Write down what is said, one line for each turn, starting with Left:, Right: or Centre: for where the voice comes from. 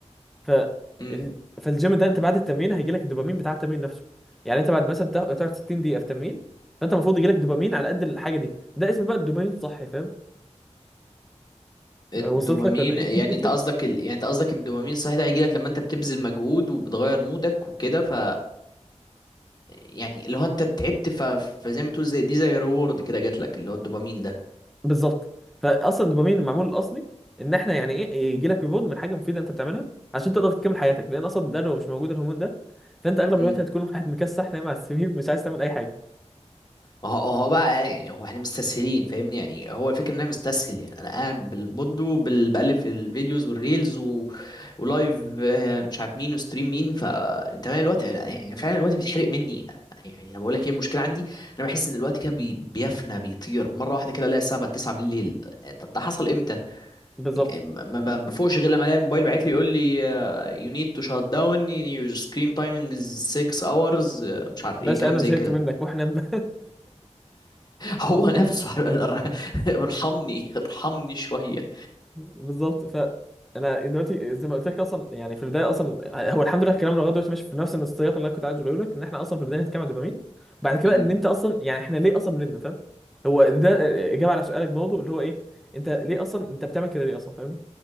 Centre: ف
Left: امم
Centre: ال- فالجيم ده انت بعد التمرين هيجي لك الدوبامين بتاع التمرين نفسه يعني انت بعد مثلا تا- تقعد 60 دقيقه في تمرين فانت المفروض يجي لك دوبامين على قد الحاجه دي ده اسمه بقى الدوبامين الصحي فاهم
Left: الدوبامين
Centre: وصلت لك ولا ايه
Left: يعني
Centre: <laughs>
Left: انت قصدك ال... يعني انت قصدك الدوبامين صحيح ده هيجي لك لما انت بتبذل مجهود وبتغير مودك وكده ف يعني لو انت تعبت ف... فزي ما تقول زي دي زي ريورد كده جات لك اللي هو الدوبامين
Centre: بالظبط فاصلا الدوبامين المعمول الاصلي ان احنا يعني ايه يجي لك ريبورت من حاجه مفيده انت بتعملها عشان تقدر تكمل حياتك لان اصلا ده لو مش موجود الهرمون ده فانت اغلب
Left: ده
Centre: الوقت هتكون واحد مكسح نايم على السرير مش عايز تعمل اي حاجه
Left: ما هو هو بقى يعني هو احنا مستسهلين فاهمني يعني هو الفكره ان انا مستسهل يعني انا قاعد بالبود وبقلب في الفيديوز والريلز و... ولايف آه، مش عارف مين وستريم مين فانت فاهم الوقت يعني يعني فعلا الوقت بيتحرق مني يعني يعني انا بقول لك ايه المشكله عندي انا بحس ان الوقت كده بي... بيفنى بيطير مره واحده كده الاقي الساعه بقت 9 بالليل آه، طب ده حصل امتى
Centre: بالظبط
Left: يعني ما ما بفوقش غير لما الاقي الموبايل باعت لي يقول لي يو نيد تو شات داون يور سكرين تايمينج از 6 اورز مش عارف
Centre: باشا
Left: ايه كلام
Centre: انا
Left: زي
Centre: زهقت
Left: كده
Centre: منك واحنا <laughs>
Left: هو نفسه <laughs> ارحمني ارحمني شوية
Centre: بالظبط ف انا دلوقتي زي ما قلت لك اصلا يعني في البدايه اصلا هو الحمد لله كلامنا لغايه دلوقتي ماشي في نفس السياق اللي انا كنت عايز اقوله لك ان احنا اصلا في البدايه هنتكلم عن الدوبامين بعد كده
Left: امم
Centre: ان انت اصلا يعني احنا ليه اصلا بنبني فاهم هو ده اجابه على سؤالك برضه اللي هو ايه انت ليه اصلا انت بتعمل كده ليه اصلا فاهمني